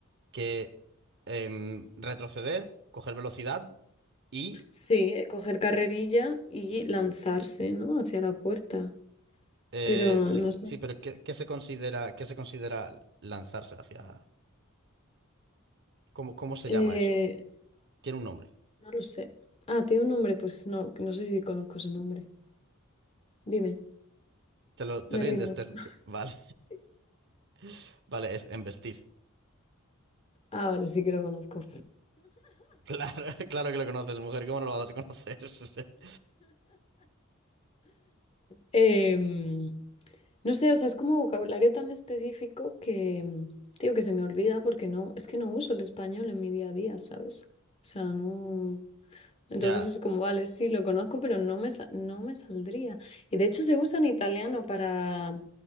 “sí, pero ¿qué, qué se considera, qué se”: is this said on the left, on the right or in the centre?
Right